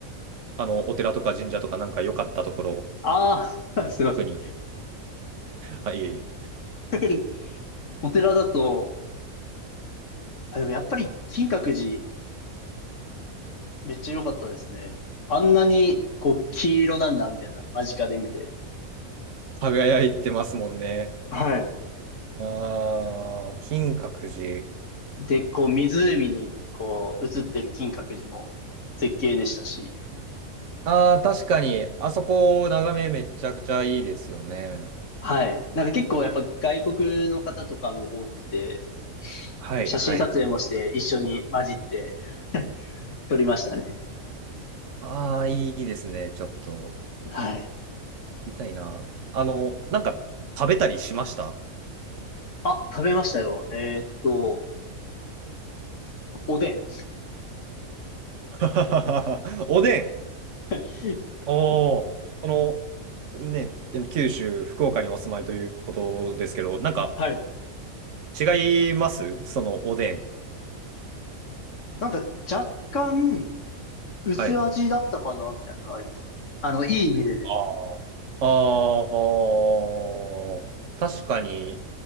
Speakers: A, on the right; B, on the left.
A: あの、お寺とか神社とかなんか良かったところ、
B: ああー、<laughs> すいません。
A: 特に、はいえいえ、
B: <laughs> お寺だと、あ、でもやっぱり金閣寺めっちゃ良かったですね。あんなにこう黄色なんだみたいな間近で見て。
A: 輝いてますもんね。
B: はい。
A: ああ、金閣寺。
B: で、こう湖にこう映ってる金閣寺も絶景でしたし。
A: ああ、確かに、あそこ、眺めめちゃくちゃいいですよね。
B: はい。なんか結構やっぱ外国の方とかも多くて、
A: はい、
B: 写真撮影もして一緒に混じって
A: はい。
B: 撮りましたね。
A: ああ、いいですね。ちょっと、
B: はい。
A: 痛いな。あの、なんか、食べたりしました
B: あ、食べましたよ。えーっと、おでん。
A: <laughs> おでん。
B: <laughs>
A: おお、この、ね、九州、福岡にお住まいということですけど、なんか、
B: はい。
A: 違いますそのおでん。
B: なんか若干薄味だったかなっていうのがあります。
A: はい。
B: あの、いい意味でです。
A: ああ。ああ、確かに、